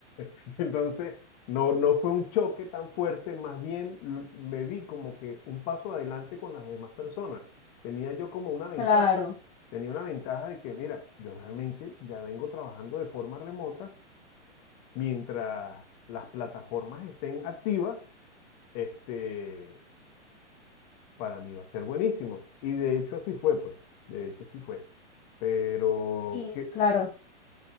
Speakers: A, on the left; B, on the left.
A: <laughs> Entonces, no, no fue un choque tan fuerte, más bien l- me vi como que un paso adelante con las demás personas. Tenía yo como una ventaja.
B: claro.
A: Tenía una ventaja de que, mira, yo realmente ya vengo trabajando de forma remota. Mientras las plataformas estén activas, este, para mí va a ser buenísimo. Y de hecho así fue, pues. De hecho así fue. Pero,
B: Y
A: que,
B: claro.